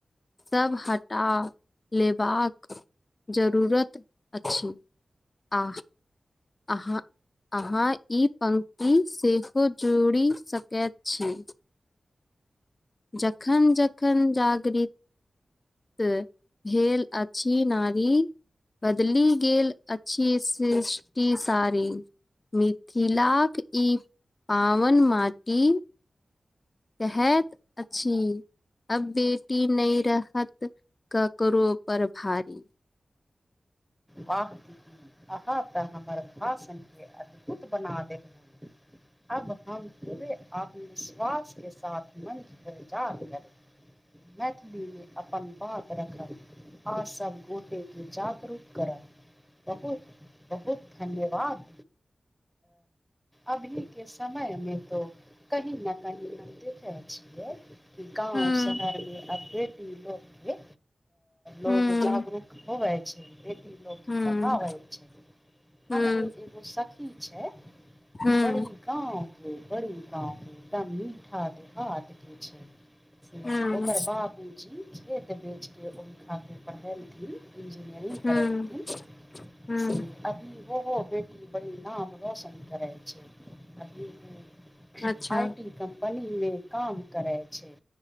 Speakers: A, on the left; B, in the centre.
A: सभ हटा लेबाकऽ जरूरत अछि अ अहाँ। अहा ई पंक्ति सेहो जोड़ि सकैत छी जखन जखन जागृ भेल अछि नारी। बदलि गेल अछि सृष्टि सारी मिथिला कऽ ई पावन माटि कहैत अछि। अब बेटी नहि रहत करो पर भारी
B: अहाँ तऽ हमर भाषण के अद्भुत बना देल अब हम पे आत्मविश्वास के साथ मंच पर जा कर मैथिलीमे अपन बात रखल आ सभ गोटे के जागरू कऽ बहुत बहुत धन्यवाद। अभी के समय मे तो कही न कही हम देखिखै छियै गाव
A: हूँ
B: शहरमे अ बेटी लोको लोग
A: हूँ
B: जागरू कऽ होवए छै बेटी लोक
A: हूँ
B: के पठाबै छै। हमरे
A: हूँ
B: एगो सखी छै
A: हूँ
B: बड़ी। गाव के बड़े गाव के एकदम मीठा देहात के छै से
A: हूँ
B: ओकर बाबूजी खेत बेचके ओहि खातिर पढ़ेलथिन। इंजनियरिंग
A: हूँ
B: करलड़थि
A: हूँ
B: से। अभी वहो बेटी बड़ी नाम रोशन करै छै। भऽ
A: अच्छा
B: आई टी कम्पनी मे काम करै छै